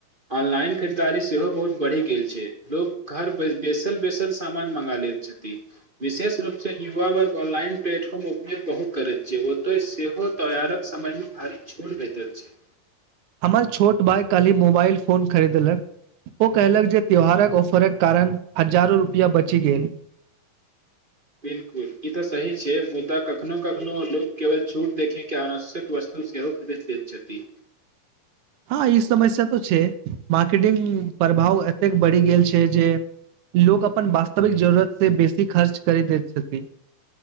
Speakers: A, on the right; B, on the right.
A: ऑनलाइन खरीदारी सेहो बहुत बढ़ी गेल छै लोग घर बैसल बैसल सामान मंगा लेत छति विशेष रूप से युवा वर्ग ऑनलाइन प्लेटफॉर्म उपयोग बहुत करैत छै ओतय सेहो तैयारक समहि मे भारी छोट भेटैत छै
B: हमर छोट भाय काली मोबाइल फोन खरीदलक ओ कहलक जे त्यौहारक ऑफरक कारण हजारो रुपैया बची गेल
A: बिल्कुल ई तऽ सही छै मुद्दा कखनो कखनो लोग केवल छूट देखे के आनावश्यक वस्तु तऽ सेहो खरीद दैत छथि
B: हँ ई समस्या तो छै मार्केटिंग प्रभाव एतेक बढ़ी गेल छै जे लोक अपन वास्तविक जरूरत से बेसी खर्च करि दैत छथि